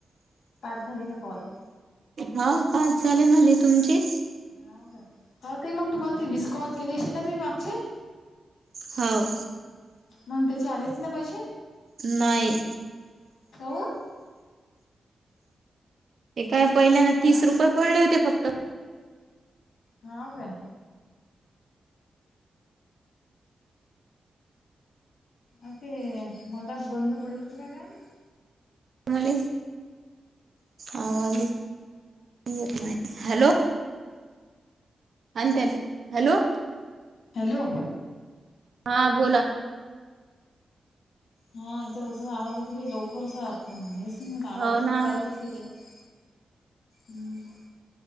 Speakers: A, on the left; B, on the right.
A: पाच झाले का कॉल?
B: हा पाच झाले माले तुमचे.
A: हाव काय हा तई मग तुम्हाला ते विस कॉल केले असेल ना तुम्ही मागचे.
B: हाव.
A: मंग त्याचे आले असतील ना पैशे.
B: नाही.
A: कौन
B: हे काय पहिल्यांदा तीस
A: आ
B: रुपये पडले होते फक्त.
A: हाव काय. आ ते मदात बंद पडलं होत का काय माहित?
B: मले आवाजचं येत नाही हॅलो. आण त्याले हॅलो.
A: हॅलो
B: हां बोला.
A: हा याच्यात असंच आवाज येतो बाई लवकर अस हेच नाही होत आवाजच
B: हो ना
A: खूप बारीक अस ह्यज्यात हम्म.